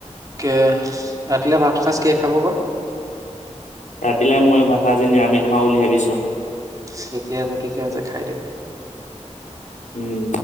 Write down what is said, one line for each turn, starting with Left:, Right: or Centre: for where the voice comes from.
Right: কে ৰাতিলে ভাতসাঁজ কিহে খাব বা?
Left: ৰাতিলে ময়ো ভাত আজি নিৰামিষ খাওঁ বুলি ভাবিছো।
Right: ঠিকে আছে ঠিকে আছে খায় দিয়ক।
Left: উম।